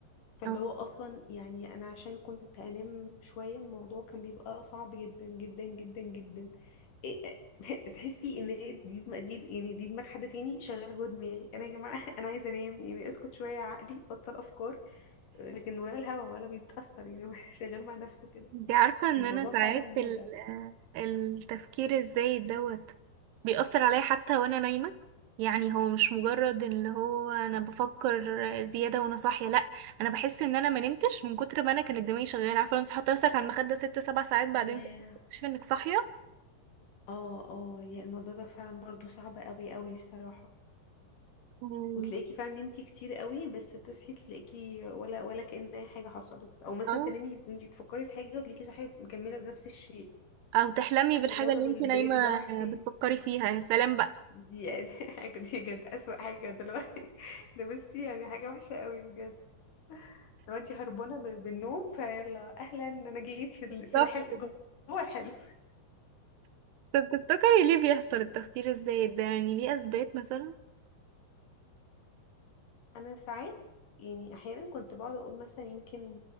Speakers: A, on the left (about 55°); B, on the right (about 80°).
A: فاللي
B: آه.
A: هو اصلا يعني انا عشان كنت انام شويه الموضوع كان بيبقى صعب جدا جدا جدا جدا إيه- <laughs> تحسي ان هي دي دماغ دي يعني دي دماغ حد تاني شغاله جوه دماغي انا يا جماعه <laughs> انا عايزه انام يعني اسكت شويه يا عقلي بطل افكار لكن ولا الهوا ولا بيتاثر يعني <laughs> هو شغال مع نفسه كده
B: انت عارفة ان
A: فالموضوع
B: انا ساعات
A: فعلا مزعج
B: ال- آه، التفكير الزايد دوت بيأثر عليا حتى وانا نايمة يعني هو مش مجرد اللي هو انا بفكر زيادة وانا صاحية لا انا بحس ان انا ما نمتش من كتر ما انا كانت دماغي شغالة عارفة لو انت حاطة نفسك على المخدة ست سبع ساعات بعدين
A: ياه
B: تكتشفي انك صاحية
A: اه اه يعني الموضوع ده فعلا برضو صعب قوي قوي بصراحة
B: أمم،
A: وتلاقيكي فعلا نمتي كتير قوي بس تصحي تلاقيكي ولا ولا كأن اي حاجة حصلت او مثلا
B: اه
A: تنامي وانتي بتفكري في حاجة وتلاقيكي صاحية مكملة بنفس الشيء
B: او تحلمي بالحاجة
A: اللي هو طب
B: اللي انت
A: البريك
B: نايمة
A: ده راح فين
B: بتفكري فيها يا سلام بقى
A: دي يعني <laughs> حاجة دي بجد أسوأ حاجة دلوقتي ده بصي يعني حاجة وحشة قوي بجد لو انتي هربانة من- بالنوم فيلا اهلا انا جيت في ال- في
B: بالظبط
A: الحلم جوه الحلم
B: طب تفتكري ليه بيحصل التفكير الزايد ده يعني ليه أثبات مثلا
A: انا ساعات يعني احيانا كنت بقعد اقول مثلا يمكن